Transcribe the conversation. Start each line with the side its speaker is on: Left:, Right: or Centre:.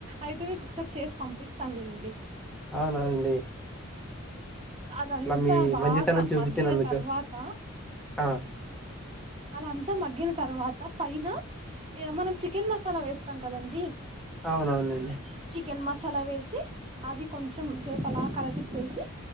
Right: అయితే మీకు ఒకసారి చేసి పంపిస్తాను లేండి
Centre: అవునానండి
Right: అదంతా
Centre: మీ
Right: బాగా
Centre: మంచితనం చూపించినందుకు
Right: మగ్గిన తర్వాత
Centre: ఆ
Right: అదంతా మగ్గిన తర్వాత పైన మనం చికెన్ మసాలా వేస్తాం కదండీ
Centre: అవునవునండి
Right: చికెన్ మసాలా వేసి అది కొంచెం స ఫలా కాలత పేసి